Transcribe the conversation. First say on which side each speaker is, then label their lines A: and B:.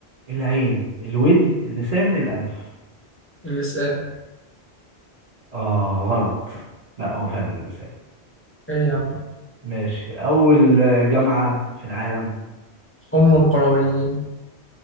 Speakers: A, on the right; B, on the left.
A: العين، الودن، اللسان، الأنف
B: اللسان
A: اه غلط لا هو فعلا اللسان
B: إيه يا عم
A: ماشي أول جامعة في العالم
B: أم القرويين